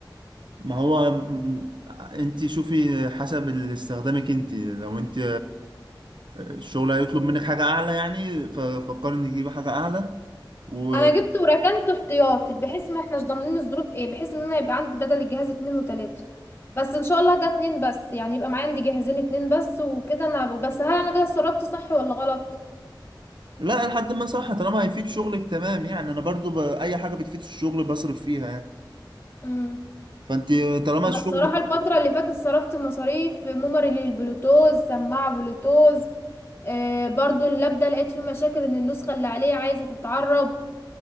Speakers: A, on the right; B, on the left.
A: ما هو م- م- انت شوفي حسب اللي استخدامك انت لو انت الشغل هيطلب منك حاجة أعلى يعني ففكر إني أجيب حاجة أعلى و
B: انا جبت وركنته احتياطي بحيث ما احناش ضامنين الظروف ايه بحيث ان انا يبقى عندي بدل الجهاز اتنين وتلاتة بس ان شاء الله ده اتنين بس يعني يبقى معايا عندي جهازين اتنين بس وكده انا هب- بس هل انا كده صرفت صح ولا غلط
A: لا لحد ما صح طالما هيفيد شغلك تمام يعني أنا برضو ب... أي حاجة بتفيد الشغل بصرف فيها يعني
B: امم
A: فأنت طالما
B: انا
A: الشغل
B: الصراحة الفترة اللي فاتت صرفت مصاريف ميموري للبلوتوز سماعة بلوتوز آه برضو اللاب ده لقيت فيه مشاكل ان النسخة اللي عليه عايزة تتعرب